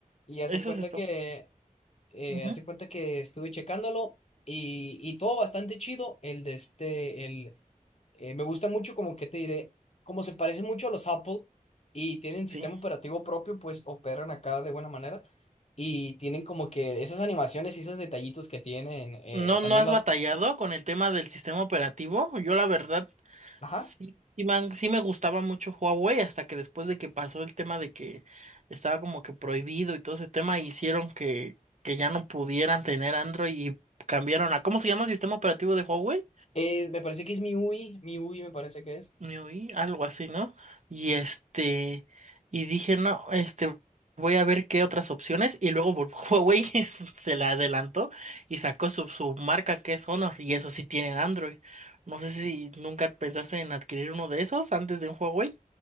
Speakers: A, on the left; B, on the right.
A: Y hace
B: Eso
A: cuenta
B: es esto.
A: que... eh,
B: Ujú.
A: hace cuenta que estuve checándolo y, y todo bastante chido. El de este, el, eh, me gusta mucho como que te diré, como se parecen mucho a los Apple y tienen
B: sí.
A: sistema operativo propio, pues operan acá de buena manera y tienen como que esas animaciones y esos detallitos que tienen, eh,
B: ¿No, no
A: también
B: has
A: los,
B: batallado con el tema del sistema operativo? Yo la verdad
A: ajá,
B: sí, sí me, han- sí me gustaba mucho Huawei hasta que después de que pasó el tema de que estaba como que prohibido y todo ese tema hicieron que, que ya no pudieran tener Android y cambiaron a... ¿Cómo se llama el sistema operativo de Huawei?
A: Eh, me parece que es MIUI, MIUI me parece que es.
B: me oí, algo así, ¿no? Y este, y dije, no, este, voy a ver qué otras opciones. Y luego vol- <laughs> Huawei se la adelantó y sacó su, su marca que es Honor, y eso sí tienen Android. No sé si nunca pensaste en adquirir uno de esos antes de un Huawei.